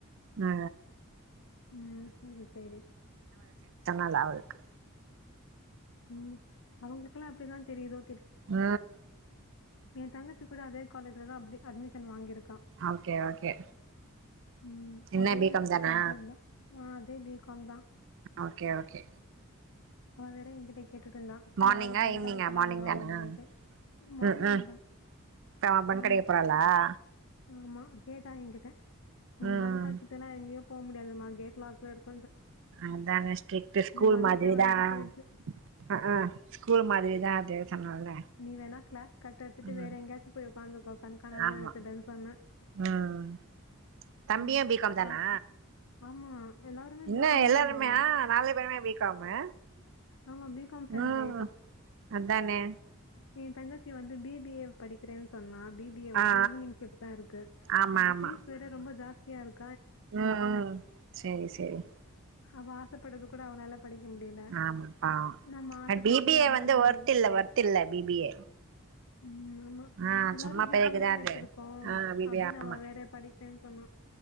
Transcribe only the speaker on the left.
ம் செரி செரி
ம் அவங்களுக்குல்லா எப்டிதா தெரியுதோ
எ தங்கச்சி கூட அதே காலேஜ்ல தா அப்டி அட்மிஷன் வாங்கிருக் கா
ம்
அதே
சப்ஜெக்ட் தா ஆ சேம் பி காம் தா
அவ வேற ஏங்கிட்ட கேட்டுட்ருந்தா இந்த
மாரி பங்க்
அடிக்கலா
விடுவாங்களாண்ட்டு
மார்னிங்தா
ஆமா
ஆமா கேட்டா ஏங்கிட்ட நீ
பங்க் அடிச்சுட்டனா என்னயும் போ மு யாதுமா கேட் லாக்லா இருக்
மனசே
உடைஞ்சு
போயிடுச்சு.
நீ வேணா க்ளாஸ் கட் அடிச்சிட்டு
வேற எங்கயாச்சு போய் ஒக்காந்துக்கோ கண்காணாத
எடத்துலன் சொன்ன
ம்
அவனு ஆமா எல்லாருமே
பிகாம்
தான் எங்க
ஆமா பி காம் ஃபேமிலி
ஆய்ட்டோ
ஏந் தங்கச்சி வந்து பி பி ஏ படிக்கிறேன் சொன்னா பி பி ஏ வந்து
ஈவினிங் ஷிஃப்ட்டா இருக்கு
அது
ஃபீஸ் வேற ரொம்ப ஜாஸ் தியாருக்
அவ ஆசப்பட்டது கூட அவளால படிக்க முடியல
நம்ம ஆசைப்பட்டது
நம்மளால
முடியல
ம் ஆமா
எல்லாரும்
பி
காம் தானே
எடுத்திருக்கோம்
அப்படின்னு
அவ
வேற படிக்கிறேன்னு சொன்னா